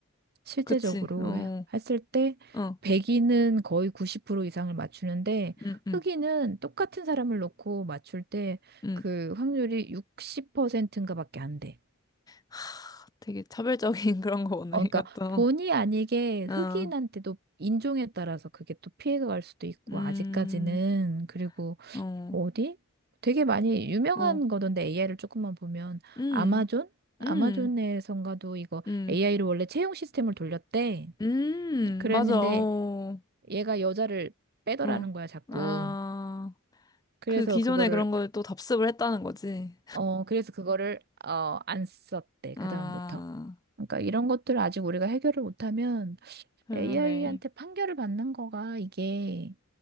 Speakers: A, on the right (about 50°); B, on the left (about 15°).
A: 실제적으로
B: 그치, 어,
A: 해- 했을 때
B: 어,
A: 백인은 거의 90% 이상을 맞추는데
B: 음, 음,
A: 흑인은 똑같은 사람을 놓고 맞출 때
B: 음.
A: 그 확률이 60%인가 밖에 안 돼.
B: 하, 되게 차별적인 <laughs> 그런 거 오네,
A: 어,
B: 이것도.
A: 그러니까 본의 아니게 흑인한테도
B: 어,
A: 인종에 따라서 그게 또 피해가 갈 수도 있고
B: 음,
A: 아직까지는 그리고
B: 어,
A: 뭐 어디? 되게 많이 유명한
B: 어,
A: 거던데 AI를 조금만 보면
B: 음,
A: 아마존? 아마존에선가도
B: 음,
A: 이거
B: 음,
A: AI로 원래 채용 시스템을 돌렸대.
B: 음,
A: 그랬는데
B: 맞아, 어,
A: 얘가 여자를 빼더라는
B: 응.
A: 거야, 자꾸.
B: 아,
A: 그래서
B: 그 기존에
A: 그거를,
B: 그런 걸 또 답습을 했다는 거지.
A: 어, 그래서 그거를, 어, 안 썼대,
B: 아,
A: 그다음부터. 그러니까 이런 것들을 아직 우리가 해결을 못하면
B: 그러네.
A: AI한테 판결을 받는 거가 이게,